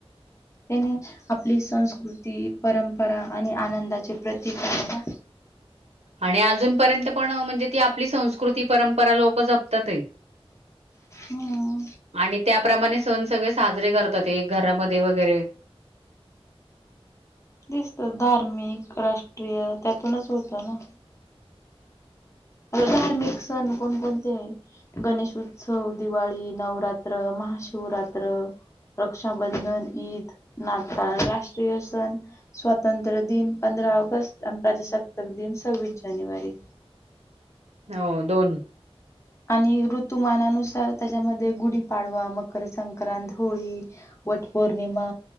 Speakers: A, on the left; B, on the right.
A: त्यांनी आपली संस्कृती परंपरा आणि आनंदाचे प्रतीक आहे
B: आणि अजूनपर्यंत पण म्हणजे ती आपली संस्कृती परंपरा लोक जपतातच
A: हम्
B: आणि त्याप्रमाणे सण सगळे साजरे करतात एक घरामध्ये वगैरे
A: दिसत धार्मिक राष्ट्रीय त्यातूनच होतं ना <inaudible> धार्मिक सण कोणकोणते आहे? गणेशोत्सव दिवाळी नवरात्र महाशिवरात शिवरात्र रक्षाबंधन ईद नाताळ राष्ट्रीय सण स्वातंत्र्य दिन पंधरा पंधरा ऑगस्ट प्रजासत्ताक दिन आणि सव्वीस जानेवारी
B: हो दोन
A: आणि ऋतुमानानुसार त्याच्यामध्ये, गुढीपाडवा मग मकरसंक्रांत, होळी, वट पौर्णिमा,